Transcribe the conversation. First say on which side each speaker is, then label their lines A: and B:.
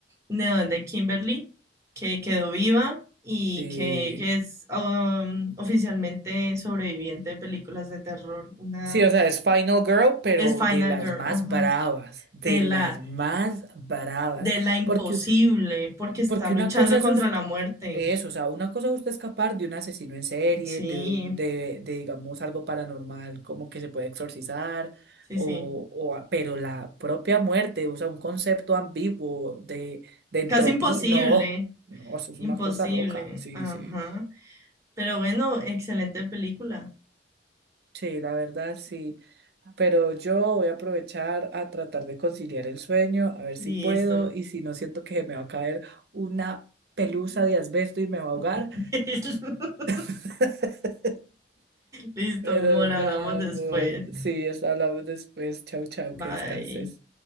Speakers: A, on the right; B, on the right.
A: No, de Kimberly, que quedó viva y
B: Sí.
A: que, que es um, oficialmente sobreviviente de películas de terror, una
B: Sí,
A: otra.
B: o sea, es Final Girl, pero
A: Es Final
B: de las
A: Girl,
B: más
A: ajá,
B: bravas, de
A: de
B: las
A: la,
B: más bravas.
A: de la imposible,
B: Porque
A: porque está
B: porque
A: luchando
B: una cosa es
A: contra
B: us-
A: la muerte,
B: Eso, o sea, una cosa es usted escapar de un asesino en serie,
A: sí.
B: de, un- de, de, digamos, algo paranormal, como que se puede exorcizar,
A: Sí,
B: o,
A: sí.
B: o, a- pero la propia muerte, o sea, un concepto ambiguo de, de entropía,
A: Casi imposible,
B: no, no, eso es
A: imposible.
B: una cosa loca, sí,
A: Ajá.
B: sí,
A: Pero bueno, excelente película.
B: sí, la verdad, sí, pero yo voy a aprovechar a tratar de conciliar el sueño, a ver
A: Listo.
B: si puedo, y si no siento que me va a caer una pelusa de asbesto y me va a ahogar.
A: <laughs>
B: <laughs>
A: Listo,
B: Pero
A: amor, hablamos
B: nada,
A: después.
B: amor. Sí, eso hablamos después. Chau, chau,
A: Bye.
B: que descanses.